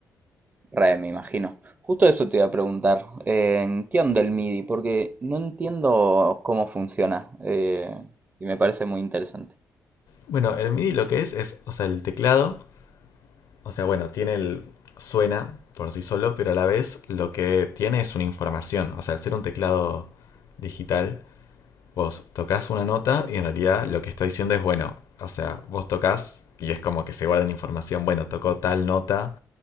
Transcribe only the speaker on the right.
Re, me imagino. Justo eso te iba a preguntar. eh, ¿qué onda el MIDI? Porque no entiendo cómo funciona. eh, y me parece muy interesante.